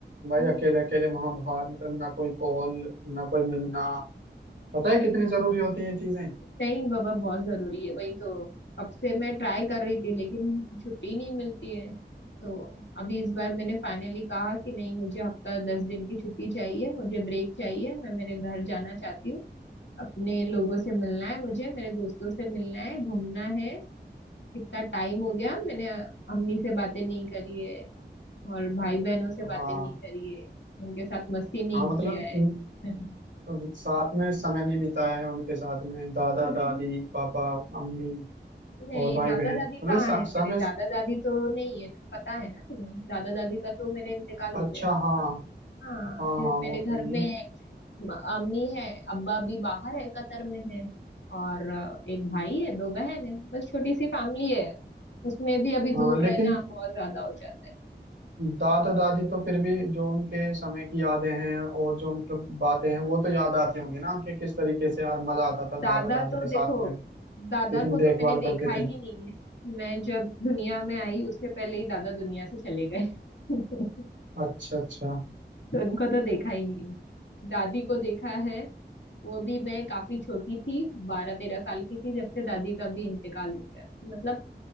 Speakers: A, on the right; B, on the left.
A: भाई
B: हम्म,
A: अकेले अकेले वहां बाहर मतलब ना कोई कॉल ना कोई मिलना पता है कितनी जरूरी होती है ये चीजें
B: नहीं बाबा बहुत जरूरी है वही तो कब से मैं ट्राई कर रही थी लेकिन छुट्टी नहीं मिलती है तो अभी इस बार मैंने फाइनली कहा कि नहीं मुझे हफ्ता दस दिन की छुट्टी चाहिए मुझे ब्रेक चाहिए मैं मेरे घर जाना चाहती हूँ अपने लोगों से मिलना है मुझे मेरे दोस्तों से मिलना है घूमना है कितना टाइम हो गया मैंने अम्मी से बातें नहीं करी है और भाई बहनों से बातें
A: हाँ
B: नहीं करी है उनके साथ मस्ती नहीं
A: हाँ मतलब
B: किया है
A: इन-
B: <laughs>
A: अब साथ में समय नहीं बिताया है उनके साथ में दादा दादी पापा मम्मी
B: नहीं
A: और भाई
B: दादा
A: बहन
B: दादी
A: मतलब
B: कहाँ
A: सा-
B: है
A: समय
B: मेरे दादा दादी तो नहीं है ना पता है ना तुम्हें दादा दादी का तो मेरे इंतकाल
A: अच्छा
B: हो गया कब
A: हाँ
B: का हाँ
A: हाँ
B: सिर्फ
A: हाँ वो
B: मेरे घर
A: तो नहीं
B: में म- अम्मी है अब्बा भी बाहर है कतर में है और अ, एक भाई
A: है
B: है दो बहन है बस छोटी सी फैमिली है उसमें भी अभी
A: हाँ
B: दूर
A: लेकिन
B: रहना बहुत ज्यादा हो जाता है
A: दादा दादी तो फिर भी जो उनके समय की यादें हैं और जो मतलब बातें हैं वो तो याद आती होंगी ना कि किस तरीके से यार मजा आता था
B: दादा
A: दादा दादी
B: तो
A: के साथ
B: देखो
A: में
B: दादा
A: कितनी
B: को तो
A: देखभाल
B: मैंने देखा
A: करते
B: ही
A: थे
B: नहीं है मैं जब दुनिया में आई उससे पहले ही दादा दुनिया से चले गए <laughs>
A: अच्छा अच्छा
B: तो उनको तो देखा ही नहीं है दादी को देखा है वो भी मैं काफी छोटी थी बारह तेरह साल की थी जब से दादी का भी इंतकाल हो गया मतलब